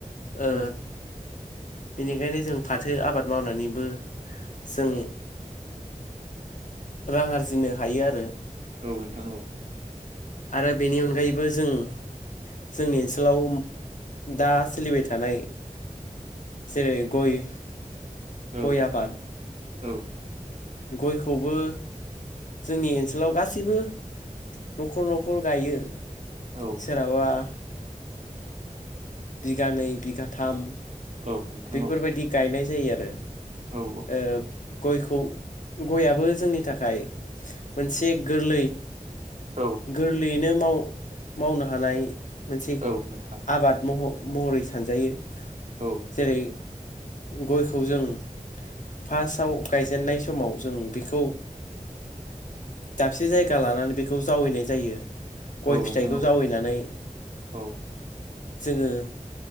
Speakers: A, on the right; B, on the left.
A: औ
B: ओ बिनिखायनो जों फाथो आबाद मावनानैबो जों रां आरजिनो हायो आरो।
A: औ नोंथां औ
B: आरो बेनि अनगायैबो जों जोंनि ओनसोलाव दा सोलिबाय थानाय जेरै गइ
A: औ
B: गइ
A: नोंथां
B: आबाद
A: औ
B: गइखौबो जोंनि ओनसोलाव गासैबो नखर नखर गायो
A: औ
B: सोरहाबा बिगानै बिगाथाम
A: औ नोंथां
B: बेफोरबायदि
A: औ
B: गायनाय जायो आरो।
A: औ
B: ओ गइखौ गइयाबो जोंनि थाखाय मोनसे गोरलै
A: औ
B: गोरलैयैनो माव मावनो हानाय मोनसे
A: औ नोंथां
B: आबाद मह महरै सानजायो
A: औ
B: जेरै गइखौ जों फार्स्टआव गायजेननाय समाव जों बेखौ दाबसे जायगा लानानै बेखौ जावैनाय जायो।
A: औ
B: गइ
A: नोंथां
B: फिथाइखौ
A: औ
B: जावैनानै
A: औ
B: जोङो